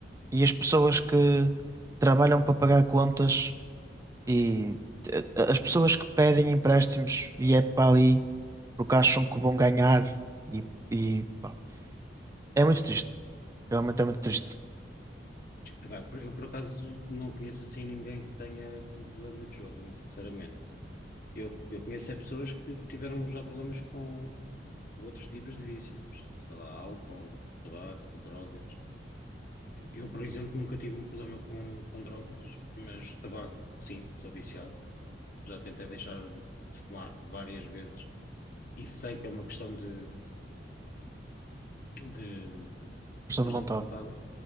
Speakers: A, on the right (about 20°); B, on the left (about 55°).
A: E as pessoas que trabalham para pagar contas e eh, as pessoas que pedem empréstimos e é para ali porque acham que vão ganhar e, e pá, é muito triste. Realmente é muito triste.
B: Epá, por- eu por acaso não conheço assim ninguém que tenha um problema de jogo, muito sinceramente. Eu, eu conheço é pessoas que tiveram já problemas com outros tipos de vícios, sei lá, álcool, tabaco, drogas. Eu, por exemplo, nunca tive um problema com, com drogas, mas tabaco, sim, sou viciado. Já tentei deixar de fumar várias vezes e sei que é uma questão de, de
A: Força
B: força
A: de vontade.
B: de vontade,